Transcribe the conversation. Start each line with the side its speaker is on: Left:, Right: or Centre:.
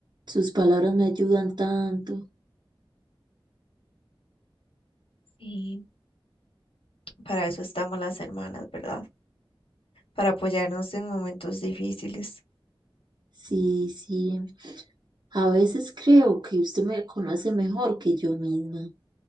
Right: Sus palabras me ayudan tanto.
Left: Y para eso estamos las hermanas, ¿verdad? Para apoyarnos en momentos difíciles.
Right: Sí, sí. A veces creo que usted me conoce mejor que yo misma.